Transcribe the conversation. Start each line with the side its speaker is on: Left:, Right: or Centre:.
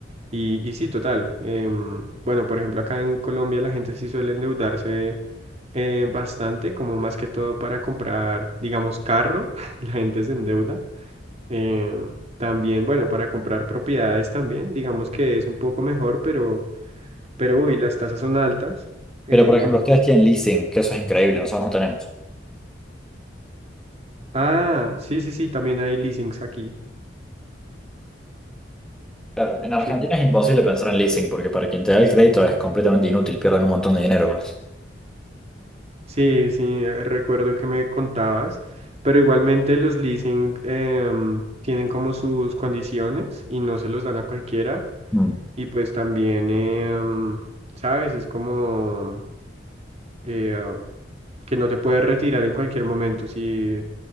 Right: Y, y sí, total. em, bueno, por ejemplo, acá en Colombia la gente sí suele endeudarse eh, bastante, como más que todo para comprar, digamos, carro, <laughs> la gente se endeuda. Eh, también, bueno, para comprar propiedades también, digamos que es un poco mejor, pero, pero uy, las tasas son altas. Eh,
Centre: Pero, por ejemplo, ustedes tienen leasing, que eso es increíble, nosotros no tenemos.
Right: ah, sí, sí, sí, también hay leasings aquí.
Centre: Claro, en Argentina
Right: Sí,
Centre: es imposible pensar en leasing porque para quien te da el crédito es completamente inútil, pierden un montón de dinero con eso.
Right: sí, sí, eh, recuerdo que me contabas, pero igualmente los leasing em, tienen como sus condiciones y no se los dan a cualquiera.
Centre: Mm.
Right: Y pues también, em, ¿sabes? Es como eh, que no te puedes retirar en cualquier momento si